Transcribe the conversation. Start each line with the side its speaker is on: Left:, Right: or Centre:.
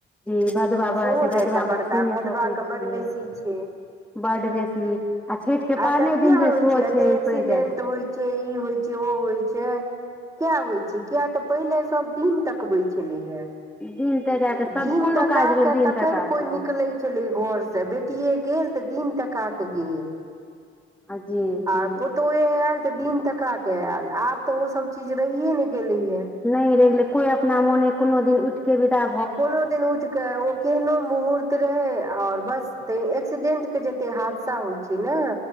Centre: जी भदवा भऽ
Right: सेहो
Centre: जाइ छै
Right: ने
Centre: भदवामे
Right: एकटा बड़का
Centre: छू नहि
Right: भदवाके
Centre: सकै छियै
Right: बड्ड बेसी छै
Centre: बड बेसी आ छैठ के
Right: आय
Centre: पारने
Right: काइल किया
Centre: दिन जे
Right: होय
Centre: सेहो
Right: छै एते एक्सीडेंट
Centre: पड़ि जाइ
Right: होय छै इ होय छै सेहो होइ छै किया होइ छै किया तऽ पहिले सब दिन तकबै छलैया
Centre: दिन तका के सब
Right: दिन
Centre: कोनो
Right: तका
Centre: काज भेल
Right: कऽ
Centre: दिन
Right: तखैन
Centre: तका के
Right: कोइ निकलै छलै घर स बेटिये गेल तऽ दिन तका कऽ गेल
Centre: आ जी जी
Right: आ पु <unintelligible> तोय आएल तऽ दिन तका के एल आब तऽ ओ सब चीज रहियै ने गेलेयै या
Centre: नहि रहि गेले कोई अपना मोने कोनो दिन उठिक के बिदा
Right: कोनो दिन उठि के ओ केहनो मुहूर्त रहै आओर बस तऽ एक्सीडेंट के जतेक हादसा होइ छै ने